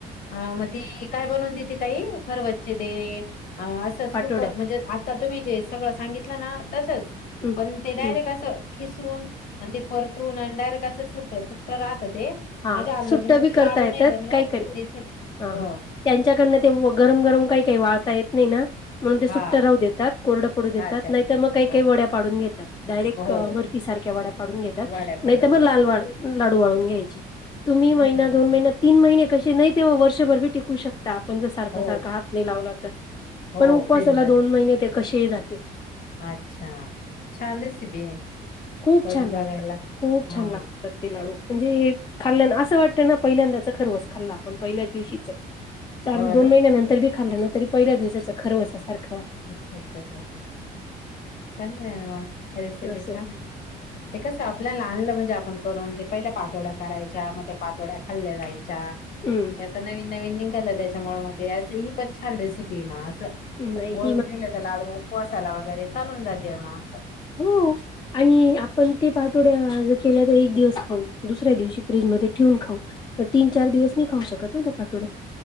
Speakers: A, on the left; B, on the left.
A: हा मग ते काय बनवून देत काय खरवसचे ते असं
B: पाठोड्या
A: सुखं म्हणजे आता तुम्ही जे सगळं सांगितलं ना तसंच
B: हम्म
A: पण ते डायरेक्ट
B: हम्म
A: असं खिसून आणि ते परतून आणि डायरेक्ट असं सुट सुट्ट राहतं. ते
B: हा
A: माझ्या अंदाजे
B: सुट्ट
A: मग
B: बी
A: ते
B: करता
A: लाडू
B: येत्यात,
A: नाही बनवत
B: काही का
A: ते सुट
B: हा
A: हो
B: हा त्यांच्याकडनं ते गरम गरम काही काही वाळता येत नाही ना म्हणून ते सुट्टं
A: हा
B: राहू देतात, कोरडं पडू देतात,
A: अच्छा
B: नाही तर मग काही
A: हो
B: काही वड्या पाडून घेतात डायरेक्ट
A: हो
B: बर्फी सा ्याड्या पाडून घेतात
A: वाड्या पाडवल्या
B: नाही मग लाल लाडू वाळून घ्यायचे तुम्ही
A: हम्म.
B: महिना दोन महिना तीन महिने कसे नाही ते वर्षभर बी टिकू शकता आपण जर सारखं
A: हो
B: सारखा हात नाही लावला तर
A: हो
B: पण उपवासाला
A: फ्रीज मध्ये
B: दोन महिने ते कसेही जातील
A: अच्छा ांदेसबी आहे
B: खूप
A: करून
B: छान
A: बघायला
B: लागतात खूप
A: हा
B: छान लागतात ते लाडू म्हणजे खाल्ल्या असं वाटतं ना पहिल्यांदाच खर होस खाल्ला आपण पहिल्याच दिवशीच चार
A: हो
B: दोन
A: ना
B: महिन्या नंतर बी खाल्लं ना तरी पहिल्या दिवसाचा खरंवा सारखं
A: अच्छा अच्छा अ्छ चग ना रेसिपी
B: असं
A: छान ना ते कसा आपला लहानलं म्हणजे आपण करून ते पहिल्या पातोड्या करायच्या मग ते पातोड्या खाल्ल्या जायच्या
B: हम्म
A: ते आता नवीन नवीन निघालं त्याच्यामुळे मग ते ही पण छान रेसिपी म
B: ह्ई
A: ठेवलं तर लाडू कसायला वगैरे चालून जाते मग
B: हो आणि आपण ते पाठोड्या केल्या तर एक दिवस खाऊ दुसऱ्या दिवशी प्रें ख त च दिव ख ठ